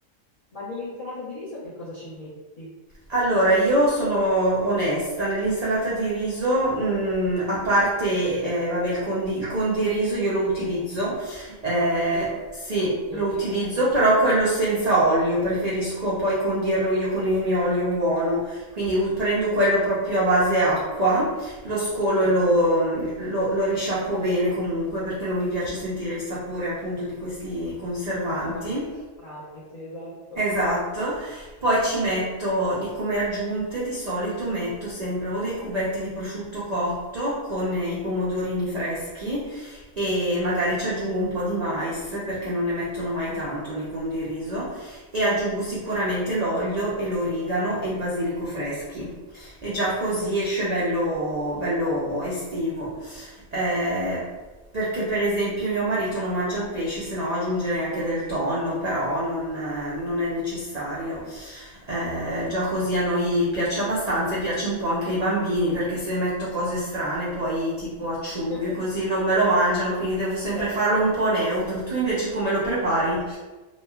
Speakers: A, on the left (about 40°); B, on the right (about 85°).
A: Ma nell'insalata di riso che cosa ci metti?
B: Allora, io sono onesta, nell'insalata di riso, mm, a parte, eh, vabbè, il condi, il condiriso io lo utilizzo, eh,
A: Anch'io,
B: sì,
A: anch'io,
B: lo utilizzo,
A: sì, sì, sì.
B: però quello senza olio, preferisco poi
A: Ah,
B: condirlo io con il mio olio buono, quindi u- prendo quello proprio a base acqua, lo scolo
A: certo.
B: e lo, mm, lo, lo risciacquo bene comunque, perché non mi piace sentire il sapore appunto di questi conservanti.
A: Oli un po' strani, sì, esatto.
B: Esatto, poi ci metto di- come aggiunte di solito metto sempre o dei cubetti di prosciutto cotto con i pomodorini freschi e magari ci aggiungo un po' di mais perché non ne mettono mai tanto nei condiriso e aggiungo sicuramente l'olio e l'origano e il basilico freschi e già così esce bello, bello estivo. Eh, perché per esempio mio marito non mangia il pesce, se no aggiungerei anche del tonno, però non, eh, non è necessario. Eh, già così a noi piace abbastanza e piace un po' anche ai bambini, perché se metto cose strane, poi tipo acciughe,
A: <laughs>
B: così non me lo mangiano, quindi devo sempre
A: Certo.
B: farlo un po' neutro. Tu invece come lo prepari?